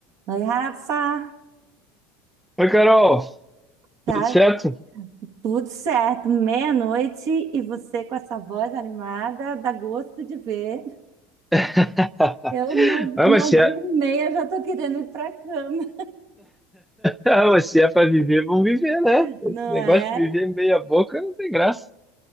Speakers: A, on the right; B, in the centre.
A: Oi, Rafa,
B: Oi, Carol,
A: tá
B: tudo certo?
A: tudo certo, meia-noite e você com essa voz animada, dá gosto de ver.
B: <laughs>
A: Eu, no-
B: Ah,
A: nove
B: mas se é,
A: e
B: <laughs>
A: meia, já tô querendo ir pra cama,
B: ah, mas se é para <laughs> viver, vamos viver, né?
A: <laughs>
B: Esse
A: não
B: negócio
A: é?
B: de viver meia boca não tem graça.